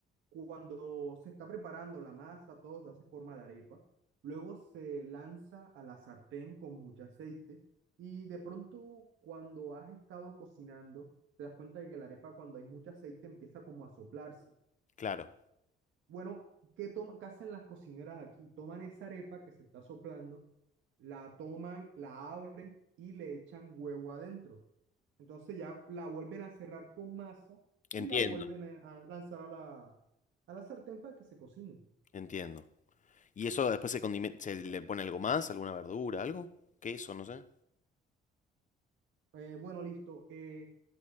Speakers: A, on the right (about 75°); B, on the left (about 40°).
A: Cuando se está preparando la masa, todo se hace forma de arepa. Luego se lanza a la sartén con mucho aceite y de pronto cuando has estado cocinando, te das cuenta de que la arepa cuando hay mucho aceite empieza como a soplarse.
B: Claro.
A: Bueno, ¿qué, toman, qué hacen las cocineras aquí? Toman esa arepa que se está soplando, la toman, la abren y le echan huevo adentro. Entonces ya la vuelven a cerrar con masa
B: Entiendo.
A: y la vuelven a, a lanzar a la, a la sartén para que se cocine.
B: Entiendo. ¿Y eso después se, condime- se le pone algo más? ¿Alguna verdura? ¿Algo? ¿Queso? No sé.
A: Eh, bueno, listo. Eh,